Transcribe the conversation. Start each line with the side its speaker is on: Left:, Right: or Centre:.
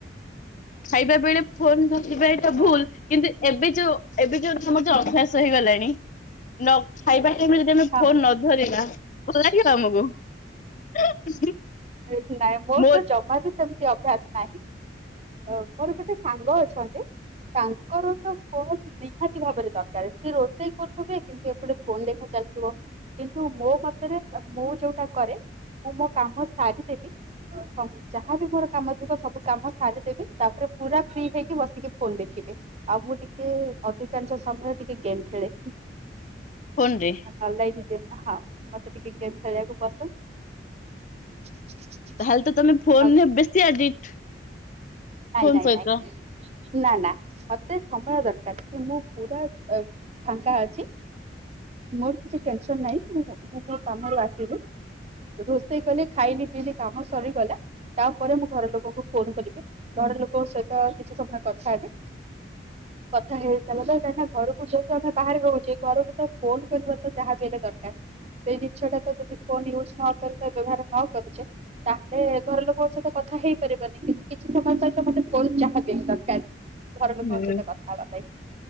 Left: ଖାଇବା ବେଳେ ଫୋନ ଧରିଥିବା ଏଇଟା ଭୁଲ।
Right: ହଁ
Left: କିନ୍ତୁ ଏବେ ଯୋଉ ଏବେ ଯୋଉ ଆମର ଯୋଉ ଅଭ୍ୟାସ ହେଇଗଲାଣି। ନ ଖାଇବା ଟାଇମରେ ଯଦି ଆମେ
Right: ହଁ
Left: ଫୋନ ନ ଧରିବା, ଭଲ ଲାଗିବ ଆମକୁ। <unintelligible>
Right: ସେ ନାଇଁ ମୋର
Left: ମୋ
Right: ତ ଜମା ବି ସେମିତି ଅଭ୍ୟାସ ନାହିଁ। ଅ ମୋର ଗୋଟେ ସାଙ୍ଗ ଅଛନ୍ତି। ତାଙ୍କର ତ ଫୋନ ନିହାତି ଭାବରେ ଦରକାର ସିଏ ରୋଷେଇ କରୁଥିବେ କିନ୍ତୁ ଏପଟେ ଫୋନରେ ଚାଲିଥିବ କିନ୍ତୁ ମୋ ମତରେ ମୁଁ ଯୋଉଟା କରେ ମୁଁ ମୋ କାମ ସାରିକି <unintelligible> ହଁ ଯାହାବି ମୋର କାମ ଥିବ ସବୁ କାମ ସାରିଦେବି ତାପରେ ପୁରା ଫ୍ରି ହେଇକି ବସିକି ଫୋନ ଦେଖିବି ଆଉ ମୁଁ ଟିକେ ଅଧିକାଂଶ ସମୟ ଟିକେ ଗେମ୍ ଖେଳେ
Left: ଫୋନ ରେ
Right: ଅନଲାଇନ୍ ଗେମ ହଁ ମୋତେ ଟିକେ ଗେମ୍ ଖେଳିବାକୁ ପସନ୍ଦ <unintelligible>
Left: ତାହେଲେ ତ ତମେ ଫୋନ
Right: ଆଉ
Left: ରେ ବେଶୀ ଆଡିକ୍ଟ
Right: ନାଇଁ
Left: ଫୋନ
Right: ନାଇଁ
Left: ସହିତ
Right: ନାଇଁ ନା ନା ମୋତେ ସମୟ ଦରକାର କି ମୁଁ ପୁରା ଫାଙ୍କା ଅଛି ମୋର କିଛି ଟେନସନ ନାହିଁ ମୁଁ କାମରୁ ଆସିବି ରୋଷେଇ କଲି ଖାଇଲି ପିଇଲି କାମ ସରିଗଲା ତାପରେ ମୁଁ ଘର ଲୋକଙ୍କୁ ଫୋନ କରିବି ଘର ଲୋକଙ୍କ ସହିତ କିଛି ସମୟ କଥା ହେବି
Left: <inaudible>
Right: କଥା ହେଇସାରିଲା କାନା ଘରକୁ ଯେହେତୁ ଆମେ ବାହାରେ ରହୁଛେ ଘରକୁ ତ ଫୋନ କରିବା ତ ଯାହା ହେଲେ ଦରକାର ସେଇ ଜିନିଷଟା ତ ଯଦି ଫୋନ ୟୁଜ ନ କଲେ ବ୍ୟବହାର ନ କରୁଛେ ତାହେଲେ ଘର ଲୋକଙ୍କ ସହିତ କଥା ହେଇପାରିବନି କି ସେମାନଙ୍କ ସହିତ ମୋତେ ଫୋନ୍ ଯାହା ବି ଦରକାର ଘର
Left: ହୁଁ
Right: ଲୋକଙ୍କ ସହିତ କ- <unintelligible>